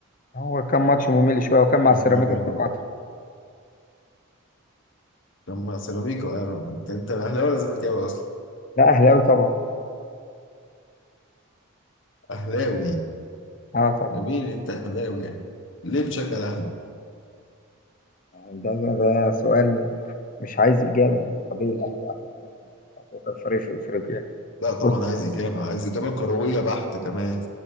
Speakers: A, on the left; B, on the left.
A: هو كان ماتش ممل شويه وكان مع سيراميكا
B: آه،
A: كليوباترا
B: كان مع سيراميكا آه، انت انت اهلاوي ولا زملكاوي اصلا
A: لا اهلاوي طبعا
B: اهلاوي
A: اه طبعا
B: جميل انت اهلاوي يعني ليه بتشجع الاهلي
A: ده ده سؤال مش عايز اجابه يعني طبيعي الاهلي اقوى فريق في مصر اقوى فريق في افريقيا
B: لا طبعا
A: بص
B: عايز اجابه عايز اجابه كرويه بحته كمان